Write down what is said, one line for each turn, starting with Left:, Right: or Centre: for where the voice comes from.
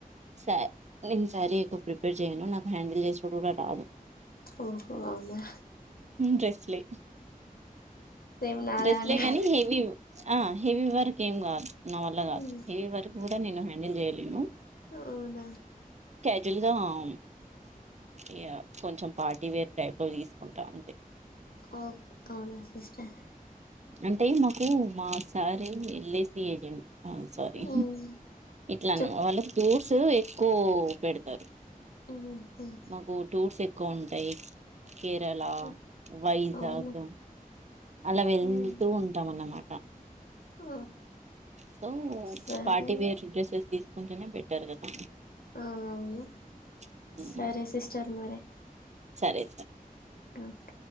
Right: స నేను సారి ఎక్కువ ప్రిపేర్ చేయను నాకు హ్యాండిల్ చేసడు కూడా రాదు
Left: ఓహో అవునా
Right: డ్రెస్లే
Left: సేమ్ నాలానే
Right: డ్రెస్లే గానీ హెవీ ఆ హెవీ వర్క్ ఏం కాదు నా వల్ల కాదు
Left: ఉమ్,
Right: హెవీ వర్క్ కూడా నేను హ్యాండిల్ చేయలేను
Left: అవునా
Right: కజువల్గావును ఇ కొంచెం పార్టీ వేర్ టైప్ లో తీసుకుంటా అంతే
Left: ఓ అవునా సిస్టర్
Right: అంటే మాకు మా sir L I C agent ఆ సారీ
Left: ఉమ్,
Right: ఇట్లా
Left: చెప్
Right: వాళ్ళ ఫ్రూట్స్ ఎక్కువ పెడతరు.
Left: ఉమ్, ఉమ్,
Right: మాకు టూర్స్ ఎక్కువ ఉంటయి. కేరళ
Left: ఉమ్,
Right: వైజాగ్
Left: అవునా
Right: అలా వెళ్తూ
Left: ఉమ్,
Right: ఉంటాం అన్నమాట్
Left: ఆ,
Right: సో
Left: సరే
Right: పార్టీ వేర్ డ్రెస్సెస్ తీసు కొంటెనే బెట్టర్ కదా
Left: ఆ అవును
Right: హ్మ్.
Left: సరే సిస్టర్ మరె
Right: సరే సర్
Left: డౌట్